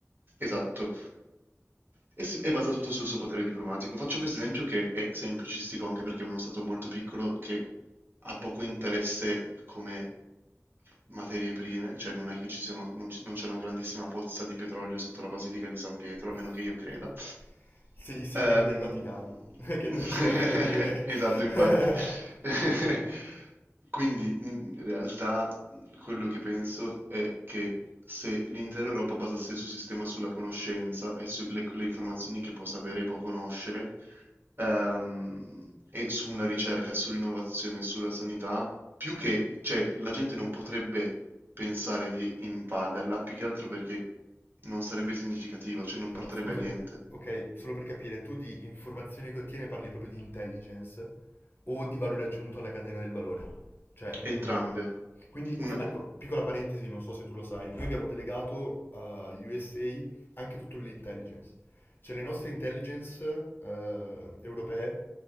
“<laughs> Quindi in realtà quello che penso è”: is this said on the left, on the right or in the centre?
Right